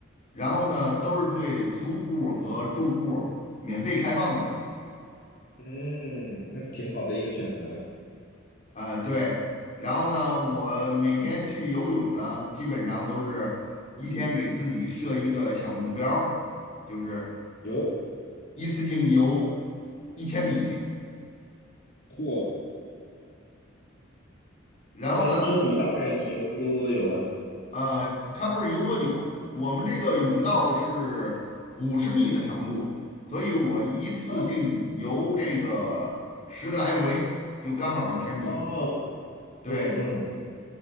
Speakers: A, on the left (about 35°); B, on the left (about 50°).
A: 然后呢，都是对租户和住户免费开放的。
B: 嗯，那挺好的一个选择。
A: 呃，对，然后呢，我每天去游泳呢，基本上都是一天给自己设一个小目标儿就是
B: 游，
A: 一次性游一千米。
B: 嚯，
A: 然后呢，
B: 那一千米大概你游游多久啊？
A: 呃，它不是游多久，我们这个甬道是五十米的长度，所以我一次性游这个十个来回就刚好一千米了。
B: 哦，哦，
A: 对，
B: 嗯嗯，